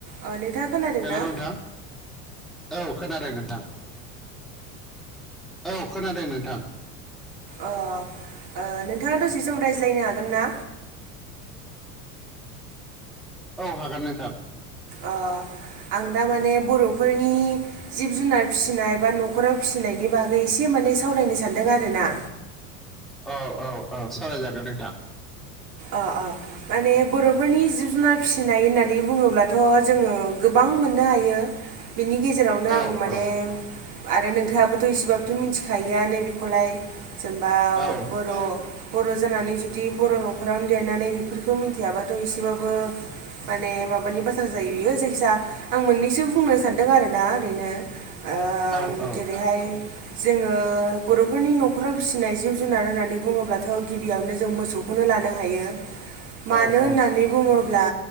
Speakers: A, on the right (about 50°); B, in the centre.
A: अ नोंथाङा खोनादों
B: हेल'
A: ना
B: नोंथां। औ खोनादों नोंथां। औ खोनादों नोंथां।
A: अ ओ नोंथाङा दसे सम रायज्लायनो हागोन ना?
B: औ हागोन नोंथां।
A: अ आं दा माने बर'फोरनि जिब-जुनार फिसिनाय बा न'खराव फिसिनायनि बागै एसे माने सावरायनो सानदों आरो ना।
B: औ औ औ सावरायजागोन नोंथां।
A: अ अ माने बर'फोरनि जिब-जुनार फिसिनाय होननानै बुङोब्लाथ जोङो गोबां मोननो हायो। बिनि गेजेरावनो आं
B: औ
A: माने
B: औ
A: आरो नोंथाङाबोथ' इसेबाबोथ मिथिखायो <unintelligible> बेखौलाय जेनबा
B: औ
A: बर' बर' जानानै जुदि बर' न'खरावनो देरनानै बेफोरखौ मिथियाबाथ एसेबाबो माने माबानि बाथ्रा जायो बियो जायखिजाया आं मोननैसो बुंनो सानदों आरोना ओरैनो। ओ
B: औ औ
A: जेरैहाय जोङो बर'फोरनि नखराव फिसिनाय जिब जुनार होननानै बुङोब्लाथ'। गिबियावनो जों मोसौखौनो लानो हायो। मानो
B: औ
A: होननानै बुङोब्ला